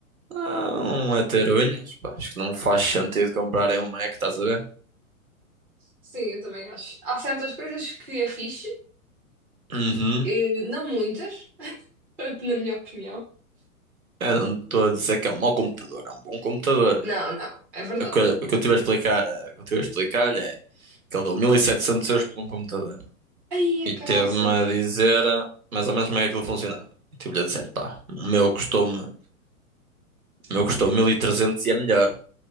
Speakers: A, on the right (about 75°); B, in the centre.
A: Não, a ter unhas, pá, acho que não faz sentido comprarem um Mac, estás a ver?
B: Sim, eu também acho. Há certas coisas que é fixe,
A: Uhum.
B: eh, não muitas, <laughs> na minha opinião.
A: Eu não estou a dizer que é um mau computador, é um bom computador.
B: Não, não, é verdade.
A: O que, eu- o que eu estive a explicar, eh, o que eu estive a explicar-lhe é que ele deu 1700 euros por um computador.
B: Aí,
A: E
B: é caraças.
A: teve-me a dizer eh, mais ou menos como é que aquilo funcionava. E tive-lhe a dizer, pá, o meu custou-me O meu custou mil e trezentos e é melhor.